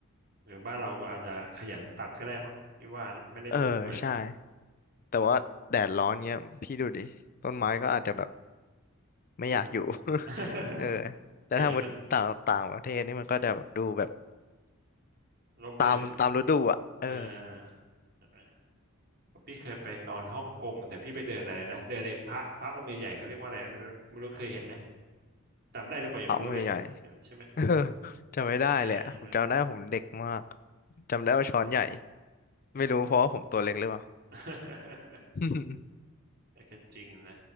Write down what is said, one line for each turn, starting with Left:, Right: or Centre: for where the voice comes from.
Right: หรือบ้านเราอาจจะขยันตัดก็ได้มั้งพี่ว่านะไม่ได้ปลูกเลย
Left: เออใช่แต่ว่าแดดร้อนเงี้ยพี่ดูดิต้นไม้ก็อาจจะแบบ ไม่อยากอยู่
Right: อืม
Left: <laughs>
Right: <laughs>
Left: เออแต่ถ้าหมดต่างต่างประเทศนี่มันก็จะแบบดูแบบ
Right: เดี๋ยวนี้มันร่มรื่น
Left: ตามตามฤดูอ่ะเออ
Right: เออใช่ไหมเพราะพี่เคยไปตอนฮ่องกงแต่พี่ไปเดินอะไรนะเดินไอ้พระพระองค์ใหญ่ๆเขาเรียกว่าอะไรนะไม่รู้นะไม่รู้เคยเห็นไหมจำได้หรือเปล่ายังไม่รู้เลยใช่ใช่ไหม
Left: เขาใหญ่ๆ <laughs> เออจำไม่ได้เลยอะผมจำได้ว่าผมเด็กมาก
Right: เออใช่ไหม
Left: จำได้ว่าช้อนใหญ่ ไม่รู้เพราะว่าผมตัวเล็กหรือเปล่า
Right: <laughs>
Left: <laughs>
Right: แต่ก็จริงนะ